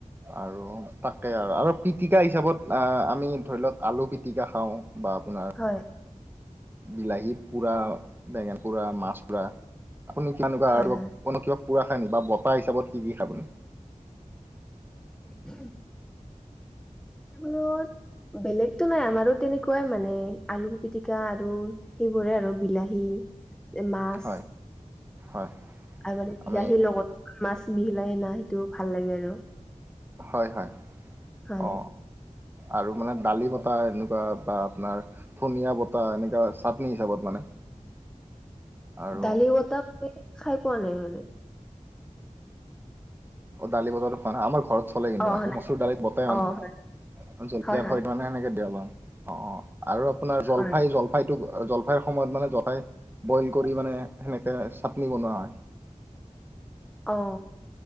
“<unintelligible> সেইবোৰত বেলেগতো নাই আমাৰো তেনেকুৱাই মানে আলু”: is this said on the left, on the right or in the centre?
Centre